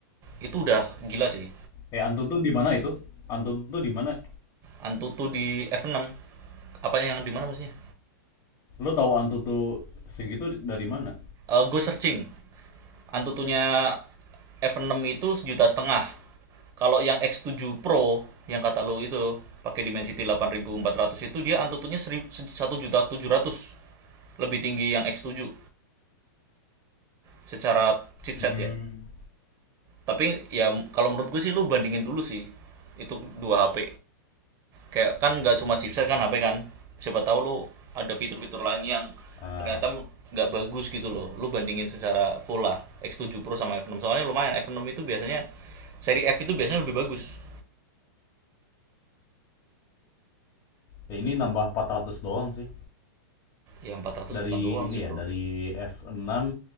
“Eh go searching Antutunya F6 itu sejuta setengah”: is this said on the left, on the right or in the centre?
Right